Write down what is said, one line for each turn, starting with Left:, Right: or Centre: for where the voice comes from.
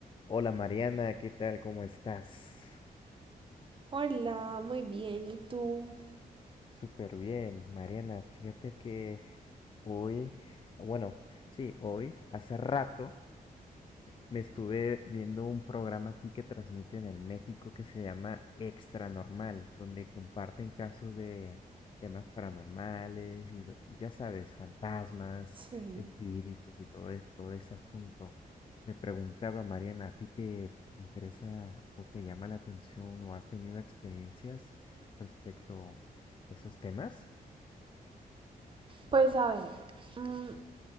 Left: Hola Mariana, ¿qué tal? ¿Cómo estás?
Right: Hola, muy bien. ¿Y tú?
Left: Súper bien, Mariana. Fíjate que hoy, bueno, sí, hoy, hace rato, Me estuve viendo un programa aquí que transmiten en México que se llama Extra Normal, donde comparten casos de temas paranormales y ve- ya sabes, fantasmas,
Right: Sí,
Left: espíritus y todo, es- todo ese asunto. Me preguntaba, Mariana, ¿a ti te interesa o te llama la atención o has tenido experiencias respecto a esos temas?
Right: pues a ver, mm,